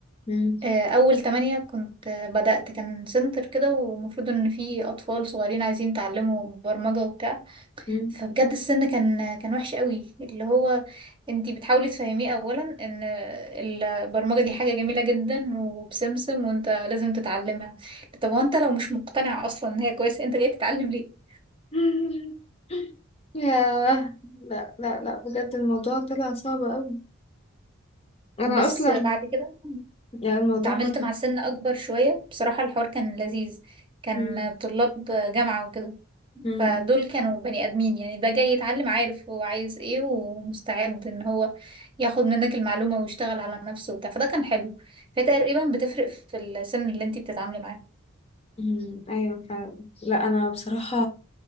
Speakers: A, on the left (about 30°); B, on the right (about 25°).
A: مم.
B: آه، اول تمانية كنت آه، بدأت كان سنتر كده ومفروض ان في اطفال صغيرين عايزين يتعلموا برمجة وبتاع
A: مم.
B: فبجد السن كان كان وحش قوي اللي هو انتي بتحاولي تفهميه اولا ان البرمجة دي حاجة جميلة جدا وبسمسم وانت لازم تتعلمها طب وانت لو مش مقتنع اصلا ان هي كويسة انت جاي تتعلم ليه
A: <laughs> ياه لا لا لا بجد الموضوع طلع صعب أوي أنا
B: بس
A: أصلا
B: بعد كده
A: يعني الموضوع
B: اتعاملت
A: مضحك
B: مع سن اكبر شوية بصراحة الحوار كان لذيذ كان
A: مم.
B: طلاب جامعة وكده
A: مم.
B: فدول كانوا بني ادمين يعني ده جاي يتعلم عارف هو عايز ايه ومستعد ان هو ياخد منك المعلومة ويشتغل على نفسه وبتاع فده كان حلو فهي تقريبا بتفرق في السن اللي انتي بتتعاملي معاه
A: مم. أيوة فعلا لا أنا بصراحة